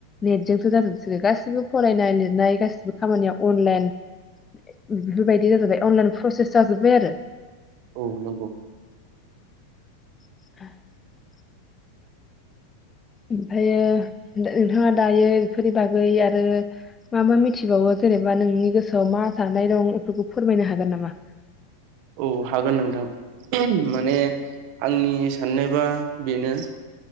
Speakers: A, on the left; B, on the right.
A: नेटजोंसो जाजोबसै गासिबो फरायनाय लिरनाय गासिबो खामानिया अनलाइन बेफोरबायदि जाजोब्बाय अनलाइन प्रसेस जाजोबबाय आरो
B: औ नोंगौ
A: <unintelligible> ओमफायो नो-नोंथाङा दायो बेफोरनि बागै आरो मा मा मिथिबावो जेनेबा नोंनि गोसोआव मा साननाय दं बेफोरखौ फोरमायनो हागोन नामा
B: औ हागोन नोंथां माने आंनि साननायबा बेनो